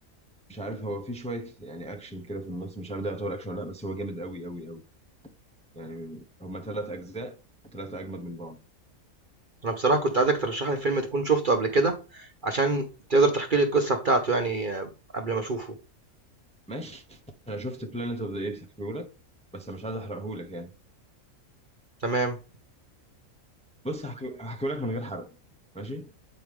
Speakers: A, in the centre; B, on the right.
A: مش عارف هو في شويه يعني اكشن كده في النص مش عارف ده يعتبر اكشن ولا لا بس هو جامد قوي قوي قوي يعني من- هما ثلاث اجزاء وثلاثه اجمد من بعض
B: أنا بصراحة كنت عايزك ترشّح لي فيلم تكون شُفته قبل كده، عشان تقدر تحكي لي القصة بتاعته يعني آه، قبل ما أشوفه.
A: ماشي انا شفت بلانيت اوف ذا ايبس هحكيهولك بس أنا مش عايز احرقهولك يعني
B: تمام،
A: بص هحكي- هحكيهولك من غير حرق ماشي